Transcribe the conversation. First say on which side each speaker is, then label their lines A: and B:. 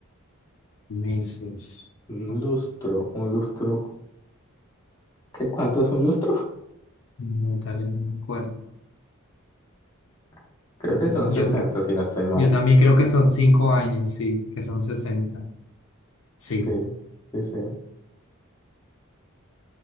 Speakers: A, on the left; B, on the left.
A: meses?
B: Un
A: Oh,
B: lustro, un lustro. ¿Qué, cuánto es un lustro?
A: No, tal vez no me acuerdo.
B: <laughs> Creo
A: Entonces,
B: que son
A: yo
B: sesenta
A: creo
B: si no estoy mal.
A: Yo también creo que son cinco años, sí, que son sesenta Sí.
B: Sí, sí, sí.